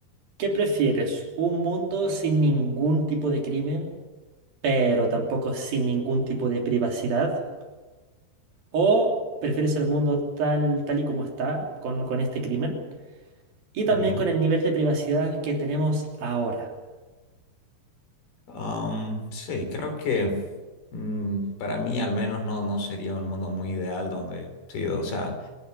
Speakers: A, on the right; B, on the left.
A: ¿qué prefieres? ¿Un mundo sin ningún tipo de crimen, pero tampoco sin ningún tipo de privacidad? ¿O prefieres el mundo tal, tal y como está con, con este crimen? Y también
B: ujú.
A: con el nivel de privacidad que tenemos ahora.
B: Am, sí, creo que mm, para mí al menos no, no sería un mundo muy ideal donde, sí, o sea,